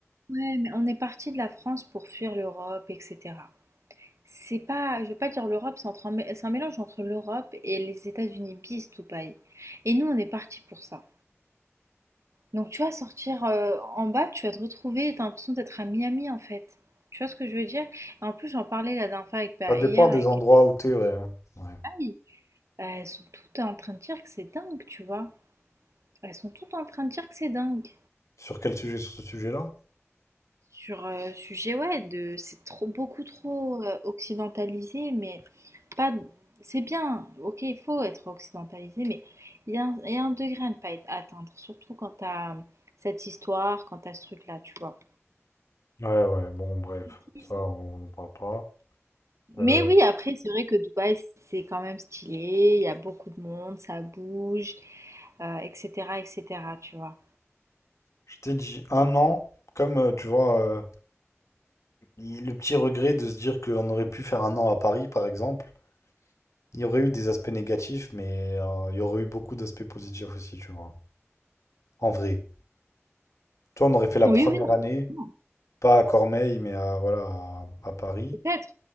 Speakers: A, on the right; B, on the left.
A: Ouais, mais on est parti de la France pour fuir l'Europe, etc. C'est pas, je vais pas dire l'Europe, c'est entre un mé- c'est un mélange entre l'Europe et les États-Unis, bis tout paille. Et nous, on est parti pour ça. Donc tu vas sortir euh, en bas, tu vas te retrouver, t'as l'impression d'être à Miami en fait. Tu vois ce que je veux dire? Et en plus, j'en parlais la dernière fois avec, bah,
B: Ça dépend
A: hier
B: des
A: avec
B: endroits où t'es. Ouais. Ouais.
A: Aïe, bah, elles sont toutes en train de dire que c'est dingue, tu vois. Elles sont toutes en train de dire que c'est dingue.
B: Sur quel sujet? Sur ce sujet-là?
A: Sur euh, sujet, ouais, de, c'est trop, beaucoup trop euh, occidentalisé, mais. pas. C'est bien, ok, il faut être occidentalisé, mais il y, a un- y a un degré à ne pas être- atteindre, surtout quand t'as cette histoire, quand t'as ce truc-là, tu vois.
B: Ouais, ouais. Bon, bref.
A: C'est triste.
B: Ça, on ne parle pas.
A: Mais
B: Euh,
A: oui, après, c'est vrai que Dubaï, c'est quand même stylé, il y a beaucoup de monde, ça bouge, euh, etc., etc., tu vois.
B: Je t'ai dit un an, comme euh, tu vois, euh, il- le petit regret de se dire qu'on aurait pu faire un an à Paris, par exemple, il y aurait eu des aspects négatifs, mais euh, il y aurait eu beaucoup d'aspects positifs aussi, tu vois. En vrai. Toi, on aurait fait la
A: Oui,
B: première
A: oui, non,
B: année,
A: non,
B: pas à Cormeilles, mais à, voilà, à, à Paris.
A: peut-être.